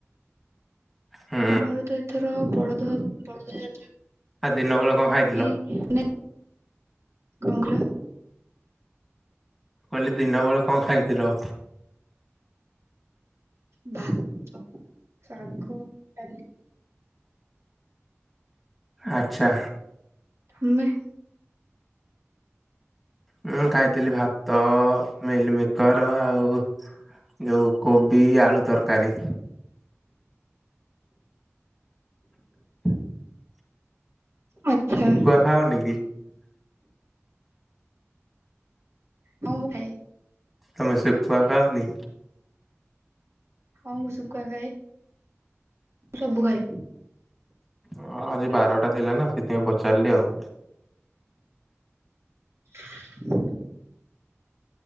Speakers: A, in the centre; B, on the right.
A: ହୁଁ
B: ଆମର ତ ଏଥର ବଳଦ ବଳଦ ଯାତ୍ରା
A: ଆ ଦିନ ବେଳେ କଁ ଖାଇ
B: ପାଇଁ ମାନେ କଁ କଲ?
A: କହିଲି ଦିନ ବେଳେ କଁ ଖାଇଥିଲ?
B: ଭାତ, ଶାଗ, ଡାଲି।
A: ଆଛା।
B: ହୁମେ
A: ମୁଁ ଖାଇଥିଲି ଭାତ ମିଲ୍ ମିକ୍ କର ଆଉ ଯଉ କୋବି ଆଳୁ ତରକାରୀ। ହ <inaudible>
B: ଆଛା।
A: ଖାଅନି କି
B: ହଁ ମୁଁ ଖାଏ
A: ତମେ ଶୁଖୁଆ ଖାଅନିି?
B: ହଁ ମୁଁ ଶୁଖୁଆ ଖାଏ ସବୁ ଖାଏ।
A: ହଁ ଆଜି ବାରଟା ଥିଲା ନା ସେଥିପାଇଁ ପଚାରିଲି ଆଉ।
B: ହ <inaudible>